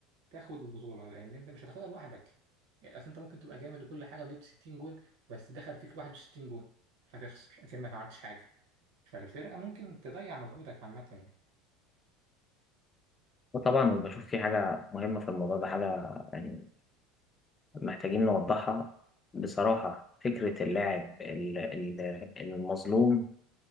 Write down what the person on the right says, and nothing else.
تاخد البطولة لأن أنت مش هتاخدها لوحدك يعني أصل أنت ممكن تبقى جامد وكل حاجة وجبت 60 جون بس دخل فيك 61 جون فتخسر أكنك ما عملتش حاجة فالفرقة ممكن تضيع مجهودك عامة يعني